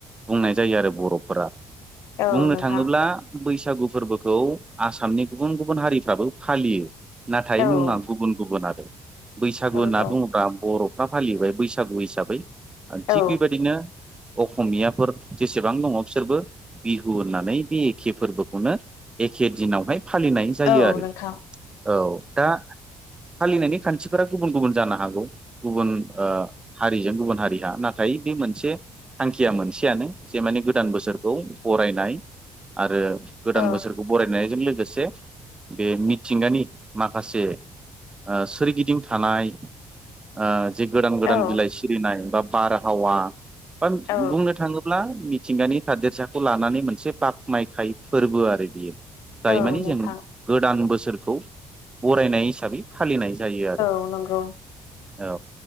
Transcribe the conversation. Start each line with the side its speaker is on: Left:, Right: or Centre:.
Right: बुंनाय जायो आरो बर'फोरा
Left: औ
Right: बुंनो
Left: नोंथां
Right: थाङोब्ला बैसागु फोरबोखौ आसामनि गुबुन गुबुन हारिफ्राबो फालियो नाथाय
Left: औ
Right: मुङा गुबुन गुबुन आरो। बैसागु
Left: नंगौ
Right: होनना बुङोबा बर'फ्रा फालिबाय बैसागु हिसाबै। आरो
Left: औ
Right: थिग बेबायदिनो अखमियाफोर जेसेबां दङ बिसोरबो बिहु होननानै बे एखे फोरबोखौनो एखे दिनावहाय फालिनाय जायो
Left: औ
Right: आरो
Left: नोंथां
Right: औ दा फालिनायनि खान्थिफोरा गुबुन गुबुन जानो हागौ गुबुन ओ हारिजों गुबुन हारिहा नाथाय बे मोनसे थांखिया मोनसेयानो जे माने गोदान बोसोरखौ बरायनाय आरो गोदान
Left: औ
Right: बोसोर खौ बरायनायजों लोगोसे बे मिथिंगानि माखासे ओ सोरगिदिं थानाय ओ जे गोदान गोदान
Left: औ
Right: बिलाइ सिरिनाय बा बारहावा बा
Left: औ
Right: बुंनो थाङो ब्ला मिथिंगानि थादेरसाखौ लानानै मोनसे बाख्नायथाय फोरबो आरो बियो। जाय
Left: औ
Right: मानि
Left: नोंथां
Right: जों गोदान बोसोरखौ बरायनाय हिसाबै फालिनाय जायो आरो।
Left: औ नंगौ।
Right: औ